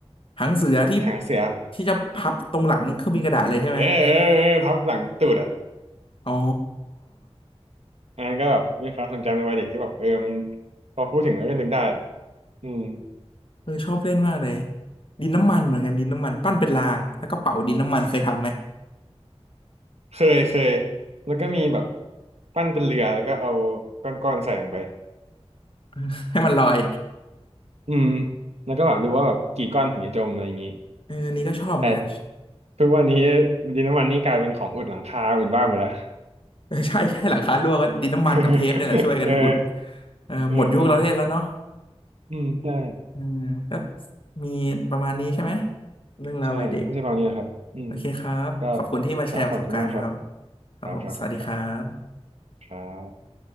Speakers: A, on the left; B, on the right.
A: หางเสือที่
B: หางเสือ
A: ที่จะพับตรงหลังเครื่องบินกระดาษเลยใช่ไหม
B: เออเออเออพับหลังตูดอ่ะ
A: อ๋อ
B: อันนั้นก็แบบเป็นความทรงจำในวัยเด็กที่แบบเออมันพอพูดถึงแล้วก็นึกได้อืม
A: เออชอบเล่นมากเลยดินน้ำมันเหมือนกันดินน้ำมันปั้นเป็นรางแล้วก็เป่าดินน้ำมันเคยทำไหม
B: เคยเคยแล้วก็มีแบบปั้นเป็นเรือแล้วก็เอาก้อนๆใส่ลงไป
A: <laughs> ให้มันลอย
B: อืม แล้วก็แบบดูว่าแบบกี่ก้อนถึงจะจมอะไรอย่างนี้
A: เอออันนี้ก็ชอบเหมือนกัน
B: แต่ทุกวันนี้ดินน้ำมันนี่กลายเป็นของอุดหลังคาอุดบ้านหมดแล้ว
A: เออใช่ใช่หลังคารั่วก็ดินน้ำมันกับเทปเนี่ยแหละช่วยกันอุด
B: <laughs> เออ
A: เออหมดยุคเราเล่นแล้วเนาะ
B: เออเอออืมใช่
A: เอมก็มีประมาณนี้ใช่ไหมเรื่องราววัยเด็ก
B: ใช่ต้องใช้ประมาณนี้นะครับอืม
A: โอเคครับขอบคุณที่มาแชร์ประสบการณ์ครับ
B: ก็ครับ ขอบคุณมากครับ
A: ครับผมสวัสดีครับ
B: ครับครับขอบคุณครับครับ